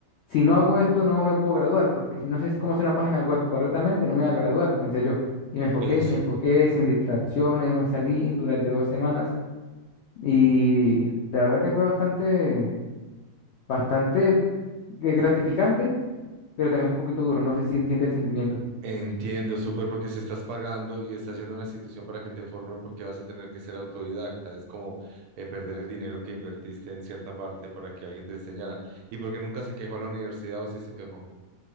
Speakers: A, on the left (about 85°); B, on the right (about 75°).
A: si no hago esto, no me puedo graduar, porque si no sé cómo hacer una página web correctamente, no me voy a graduar, pensé yo. Y me enfoqué,
B: eso.
A: me enfoqué sin distracciones, no salí durante dos semanas y la verdad que fue bastante, bastante eh, gratificante pero también fue un poquito duro, no sé si entiende el sentimiento.
B: Entiendo, súper, porque si estás pagando y estás yendo a una institución para que te formen, porque vas a tener que ser autodidacta. Es como eh, perder el dinero que invertiste en cierta parte para que alguien te enseñara. ¿Y porque nunca se quejó a la universidad o sí se quejó?